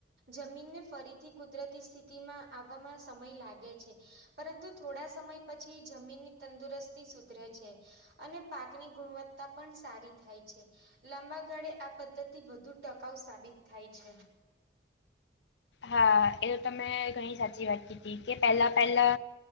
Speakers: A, on the right; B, on the left.
A: જમીનને ફરી થી કુદરતી સ્થિતિમાં આવવામાં સમય લાગે છે પરંતુ થોડા સમય પછી જમીનની તંદુરસ્તી સુધરે છે અને પાકની ગુણવત્તા પણ સારી થાય છે. લાબા ગાળે આ પદ્ધતિ વધુ ટકાઉ સાબિત થાય છે.
B: હા એ તમે ઘણી સાચી વાત કીધી કે પહેલા પહેલા